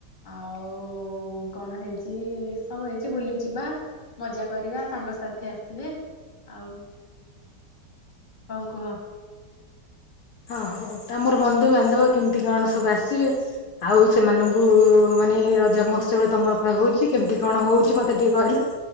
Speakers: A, on the left; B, on the left.
A: ଆଉ କଣ ହେଇଚି ହଉ ହେଇଛି ବୁଲି ଯିବା। ମଜା କରିବା ସାଙ୍ଗସାଥି ଆସିବେ ଆଉ କ କୁହ?
B: ହଁ ହଉ ତମର ବନ୍ଧୁ ବାନ୍ଧବ କେମିତି କଣ ସବୁ ଆସିବେ ଆଉ ସେମାନଙ୍କୁ ମାନେ ରଜ ମହୋତ୍ସବରେ ତମର ପା ହଉଛି କେମିତି କଣ ହଉଛି ମତେ ଟିକେ କହିଲ?